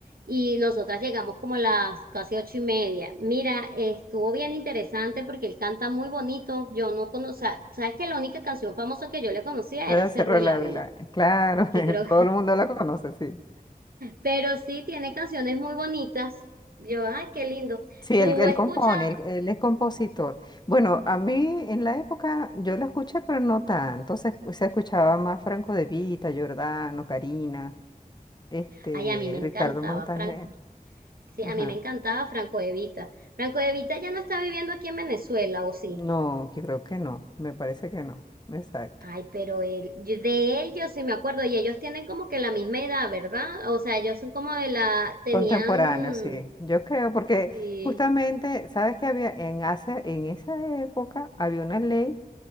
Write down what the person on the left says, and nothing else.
La
de
Cerro
del Ávila.
Claro, <laughs>
todo el mundo la conoce, sí.
Sí,
él, él
compone, él, él es compositor. Bueno, a mí en la época yo lo escuché, pero no tanto. Se, se escuchaba más Franco De Vita, Giordano, Karina, este,
Ricardo Montaner.
Ajá.
No, que creo que no, me parece que no. Exacto.
Contemporáneo, sí. Yo creo, porque
justamente, ¿sabes qué había? En, hace, en esa época había una ley.